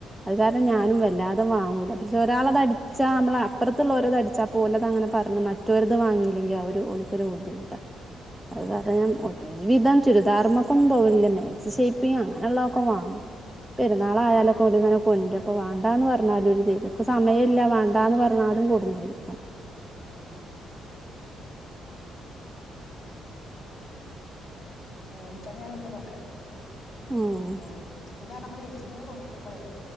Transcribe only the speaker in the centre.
അഅ് കാരണം
ഞാനും വല്ലാതെ വാങ്ങും. പശേ ഒരാളത് അടിച്ചാ നമ്മള അപ്പറത്തുള്ളോര്ത് അടിച്ചാ പോലത് അങ്ങനെ പറഞ്ഞു മറ്റൊര് ത് വാങ്ങി. ഇല്ലെങ്കി ഒരു ഓൽക്ക് ഒരു ബുദ്ധിമുട്ടാ. അഅ്
കാരണം ഞാൻ ഒരു വിധം ചുരിദാർമക്കൊന്നും പോവലില്ല. ഷൈപ്പെയ്യും അങ്ങനെള്ള ക്കെ വാങ്ങും പെരുന്നാളായലൊക്കെങ്ങനെ
ഓ ന്റ പ്പോ വാണ്ടാന്ന് പർഞ്ഞാലും ഓര് തരും. ക്ക് സമയല്ല വാണ്ടാന്ന് പർഞ്ഞാലും കൊട്ന്നരും.
ഉം